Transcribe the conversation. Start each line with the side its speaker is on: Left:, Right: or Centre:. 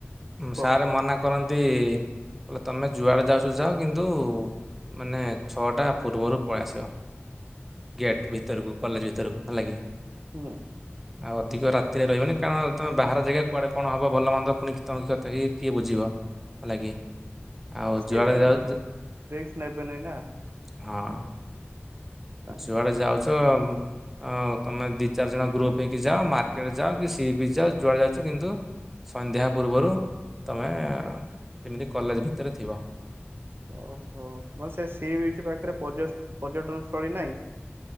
Right: କୋ
Centre: ସାରେ
Right: କୋ
Centre: ମନା କରନ୍ତି କହିଲେ ତମେ ଯୁଆଡେ ଯାଉଚ ଯାଅ କିନ୍ତୁ ମାନେ ଛଅଟା ପୂର୍ବରୁ ପଳେଇ ଆସିବ। ଗେଟ୍ ଭିତରକୁ କଲେଜ୍ ଭିତରକୁ ହେଲାକି।
Right: ହୁଁ।
Centre: ହଁ ଆଉ ଅଧିକ ରାତିରେ ରହିବନି କାରଣ ତମେ ବାହାର ଜେଗା କୁଆଡେ କଣ ହବ ଭଲ ମନ୍ଦ ପୁଣି <unintelligible> କିଏ ବୁଝିବ। ହେଲା କିି ଆଉ
Right: ତ ସିଏ
Centre: ଯୁଆଡେ ଯାଉଚ
Right: ରିକ୍ସ ନେବେନେଇଁ ନା।
Centre: ହଁ।
Right: ତା
Centre: ଯୁଆଡେ
Right: ତା
Centre: ଯାଉଚ ଅ ତମେ ଦି ଚାରି ଜଣ ଗ୍ରୁପ୍ ହେଇକି ଯାଅ, ମାର୍କେଟ୍ ଯାଅ କି ସି ବିଚ୍ ଯାଅ ଯୁଆଡେ ଯାଉଚ କିନ୍ତୁ ସନ୍ଧ୍ୟା ପୂର୍ବରୁ ତମେ ଯେମିତି କଲେଜ୍ ଭିତରେ ଥିବ।
Right: ଓହୋ, ମାନେ ସେ ସି ବିଚ୍ ପାଖେରେ ପର୍ଯ୍ୟ ପର୍ଯ୍ୟଟନ ସ୍ଥଳୀ ନାହିଁ?